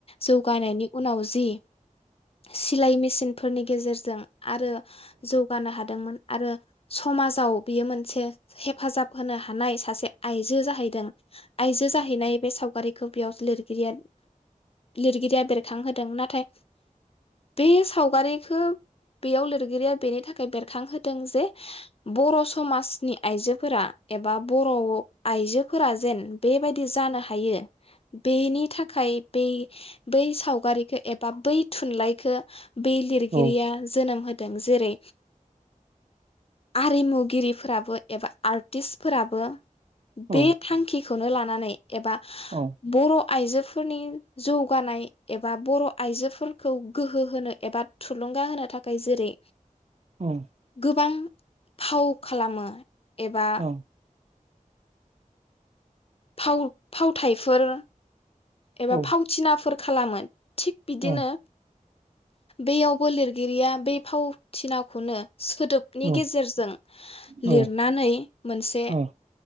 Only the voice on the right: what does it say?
औ
औ
औ
औ
औ
औ
औ
औ
औ
औ